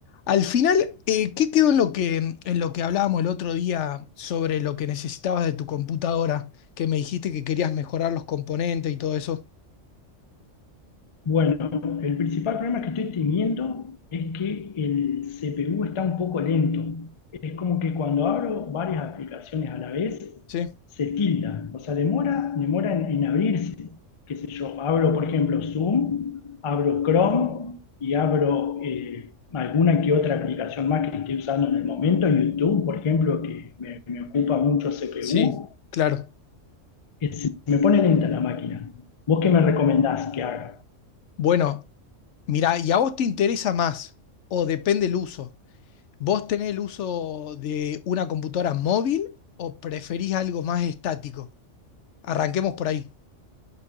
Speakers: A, on the left; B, on the left.
A: Al final, eh, ¿qué quedó en lo que, en lo que hablábamos el otro día sobre lo que necesitabas de tu computadora? Que me dijiste que querías mejorar los componentes y todo eso.
B: Bueno, el principal problema que estoy teniendo es que el CPU está un poco lento. Es como que cuando abro varias aplicaciones a la vez,
A: Sí,
B: se tilda. O sea, demora, demora en, en abrirse. Qué sé yo, abro, por ejemplo, Zoom, abro Chrome y abro eh, alguna que otra aplicación más que esté usando en el momento. YouTube, por ejemplo, que me, me ocupa mucho CPU.
A: sí, claro.
B: Es- me pone lenta la máquina. ¿Vos qué me recomendás que haga?
A: Bueno, mirá, ¿y a vos te interesa más? O depende el uso. ¿Vos tenés el uso de una computadora móvil o preferís algo más estático? Arranquemos por ahí.